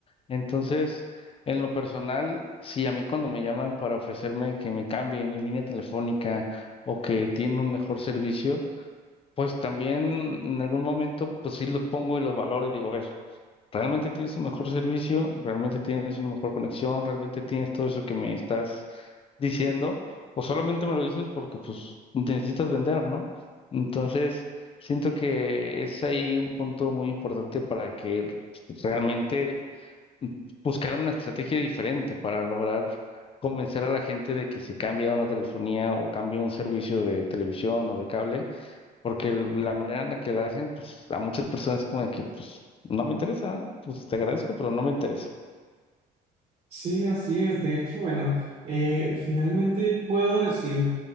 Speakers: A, on the left (about 35°); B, on the right (about 40°).
A: Entonces, en lo personal, sí, a mí cuando me llaman para ofrecerme que me cambie mi línea telefónica o que tiene un mejor servicio, pues también en algún momento, pues sí los pongo y los valoro y digo, a ver, realmente tienes un mejor servicio, realmente tienes una mejor conexión, realmente tienes todo eso que me estás diciendo, o solamente me lo dices porque pues necesitas vender, ¿no? Entonces, siento que es ahí un punto muy importante para que realmente buscaran una estrategia diferente para lograr convencer a la gente de que se cambie a una telefonía o cambie a un servicio de televisión o de cable, porque el- la manera en la que la hacen, pues a muchas personas como de que, pues no me interesa, pues te agradezco, pero no me interesa.
B: Sí, así es. De hecho, bueno, eh, finalmente puedo decir